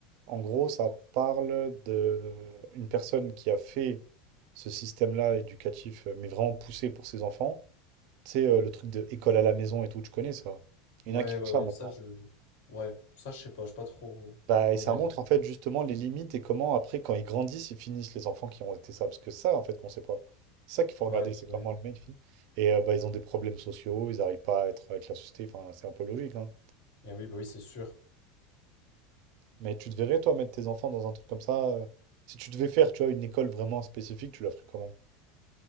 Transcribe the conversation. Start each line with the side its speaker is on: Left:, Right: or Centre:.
Right: En gros, ça parle de euh, une personne qui a fait ce système-là éducatif, euh, mais vraiment poussé pour ses enfants. C'est euh, le truc de école à la maison et tout, tu connais ça? Il
Left: Ouais,
Right: y en a qui font
Left: ouais,
Right: ça
Left: ouais,
Right: maintenant.
Left: ça, je. Ouais, ça, je sais pas, je suis pas trop
Right: Bah,
Left: emballé.
Right: et ça montre en fait justement les limites et comment après quand ils grandissent ils finissent les enfants qui ont été ça parce que ça en fait qu'on sait pas c'est ça qu'il faut regarder
Left: Ouais, c'est
Right: c'est comment
Left: vrai.
Right: le mec finit et euh, bah ils ont des problèmes sociaux ils arrivent pas à être avec la société enfin c'est un peu logique hein.
Left: Eh oui, bah oui, c'est sûr.
Right: mais tu te verrais toi mettre tes enfants dans un truc comme ça euh, si tu devais faire tu vois une école vraiment spécifique tu la ferais comment